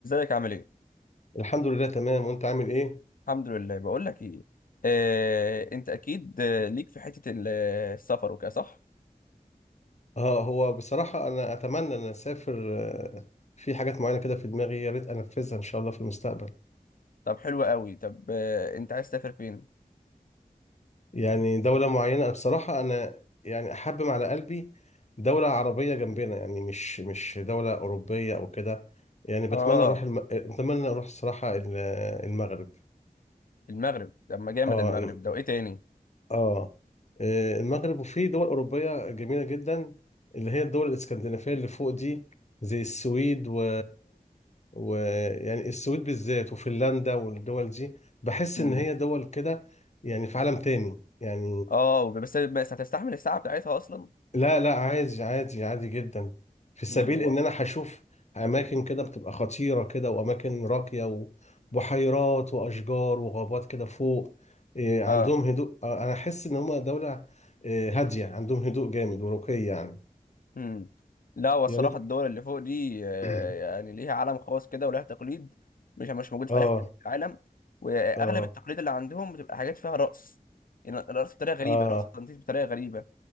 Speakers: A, on the left (about 70°); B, on the left (about 50°).
A: ازيك عامل ايه؟
B: الحمد لله تمام وانت عامل ايه؟
A: الحمد لله بقول لك ايه آه، انت اكيد آه، ليك في حتة ال- آه، السفر وكده صح؟
B: اه هو بصراحة انا اتمنى ان اسافر آه، في حاجات معينة كده في دماغي يا ريت انفذها ان شاء الله في المستقبل
A: طب حلو قوي طب آه، انت عايز تسافر فين؟
B: يعني دولة معينة أنا بصراحة انا يعني احبم على قلبي دولة عربية جنبنا يعني مش مش دولة اوروبية او كده يعني بتمنى
A: اه
B: اروح الم... بتمنى اروح الصراحة ال- المغرب
A: المغرب طب ما جامد
B: اه
A: المغرب ده وايه تاني؟
B: اه آه، المغرب وفي دول أوروبية جميلة جدا اللي هي الدول الإسكندنافية اللي فوق دي زي السويد و... و يعني السويد بالذات وفنلندا والدول دي بحس
A: امم
B: إن هي دول كده يعني في عالم تاني يعني
A: اه بس بس هتستحمل الساعة بتاعتها اصلا؟
B: لا لا عادي عادي عادي جدا في سبيل
A: امم
B: ان
A: و...
B: انا هشوف اماكن كده بتبقى خطيرة كده واماكن راقية وبحيرات واشجار وغابات كده فوق إيه عندهم
A: اه
B: هدوء آه، انا احس ان هم دولة إيه هادية عندهم هدوء جامد ورقي يعني
A: امم لا والصراحة
B: يا ريت
A: الدول اللي فوق دي آه،
B: <clears throat>
A: يعني ليها عالم خاص كده ولها تقليد مش مش موجود في
B: اه
A: اي حتة في العالم واغلب
B: اه
A: التقليد اللي عندهم بتبقى حاجات فيها رقص يعني رقص بطريقة غريبة
B: اه
A: رقص تنطيط بطريقة غريبة